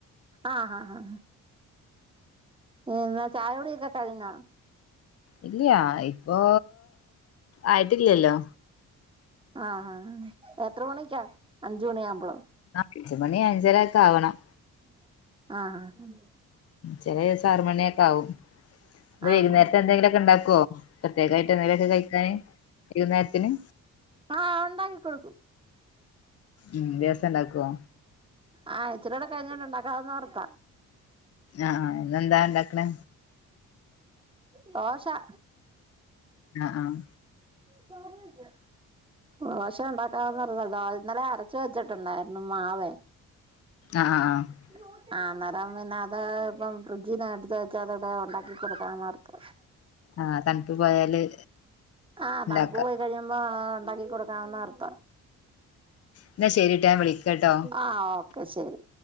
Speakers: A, on the right; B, on the left.
A: ആഹ് ആഹ് ആഹ് ഏന്നാ ചായകുടിയൊക്കെ കഴിഞ്ഞോ
B: ഇല്ല്യാ ഇപ്പൊ ആയിട്ടില്ലല്ലോ
A: ആഹ് ആഹ് എത്ര മണിക്കാ അഞ്ച് മണിയാമ്പോളോ
B: അഞ്ച മണി അഞ്ചര ഒക്കെ ആവണം
A: ആഹ്
B: ചെല ദിവസം ആറ് മണിയൊക്കെ ആകും വൈകുന്നേരത്തെ
A: ആഹ് ആഹ്
B: എന്തെങ്കിലുക്കെ ഉണ്ടാക്കുവോ പ്രേത്യേകായിട്ട് എന്തേലൊക്കെ കഴിക്കാന് വൈകുന്നേരത്തിന്
A: ആഹ് ഉണ്ടാക്കി കൊടുക്കും
B: ഉം ദേവസം ഉണ്ടാക്കോ
A: ആഹ് ഇച്ചിരോടെ കഴിഞ്ഞിട്ട് ഇണ്ടാക്കാവന്ന് ഓർത്ത
B: ആഹ് ഇന്നെന്താ ഉണ്ടാക്കണേ
A: ദോശ <unintelligible>
B: ആഹ് ആഹ്
A: പറ <unintelligible> ദോശ ഉണ്ടാക്കാവന്നോർത്ത ഇന്നലെ അരച്ച് വെച്ചിട്ടുണ്ടായിരുന്നു മാവ്
B: ആഹ് ആഹ് ആഹ്
A: ഉ <unintelligible> ആന്നേരം പിന്നെ അത് ഇപ്പം ഫ്രിഡ്ജിന് എടുത്ത് വെച്ചാ അതവിടെ ഉണ്ടാക്കി കൊടുക്കാന്നോർത്ത്
B: ആഹ് തണുപ്പ് പോയാല്
A: ആഹ്
B: ഉണ്ടാക്കാം
A: തണുപ്പ് പോയി കഴിയുമ്പോ ഉണ്ടാക്കി കൊടുക്കാന്നോർത്ത
B: എന്നാ ശരിട്ടാ ഞാൻ വിളിക്കാട്ടോ
A: ആഹ് ഓക്കെ ശരി